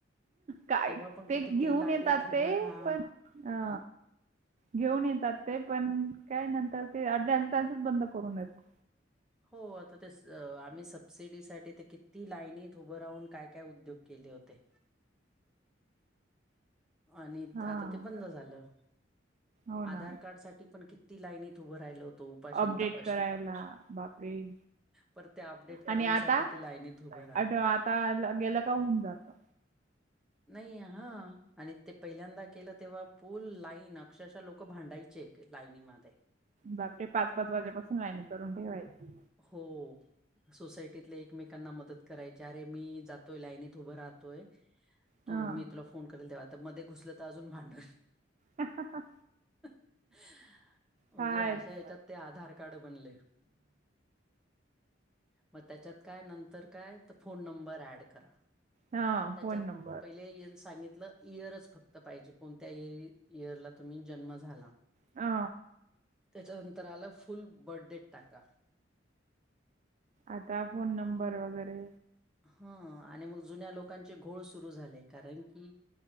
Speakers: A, on the right; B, in the centre.
A: काय
B: तेव्हा पण
A: ते
B: कुठे
A: घेऊन
B: लाईनीत
A: येतात
B: उभं
A: ते
B: राहा.
A: पण अ
B: हं.
A: घेऊन येतात ते पण काय नंतर ते अर्ध्यातच बंद करून देतो.
B: हो आता ते स आम्ही सबसिडीसाठी ते किती लाईनीत उभं राहून काय काय उद्योग केले होते. आणित
A: हा
B: आता ते बंद झालं.
A: हो
B: आधार
A: ना
B: कार्ड साठी पण किती लाईनीत उभं राहिलो होतो उपाशी
A: अपडेट
B: न तापाशी.
A: करायला बापरे
B: पर ते अपडेट करण्यासाठी
A: आणि आता
B: ते लाईनीत उभं राहा.
A: आत अ आता गेलं का होऊन जात. <inaudible>
B: नाई हां. आणि ते पहिल्यांदा केलं तेव्हा फुल लाईन अक्षरशः लोक भांडायचे एक लाईनीमध्ये.
A: बापरे पाच पाच वाजेपासून लाईन करून ठेवायचं.
B: हो सोसायटीतले एकमेकांना मदत करायचे अरे मी जातोय लाईनीत उभं राहतोय तू
A: हा
B: मी तुला फ त मध्ये घुसलं त आजून भांड
A: हा हा हा.
B: म्हणजे
A: हा
B: अशा
A: येते.
B: याच्यात ते आधार कार्ड बनले. म त्याच्यात काय नंतर काय त फोन नंबर ऍड करा.
A: हां
B: त्याच्यात
A: फोण नं
B: पहिले इयर सांगितलं ईयरच फक्त पाहिजे कोणत्या ई ईयर ला तुम्ही जन्म झाला.
A: आ.
B: त्याच्यानंतर आल फुल बर्ट डेट टाका.
A: आता फोन नंबर वगेरे
B: हां आणि मग जुन्या लोकांचे घोळ सुरू झाले कारण की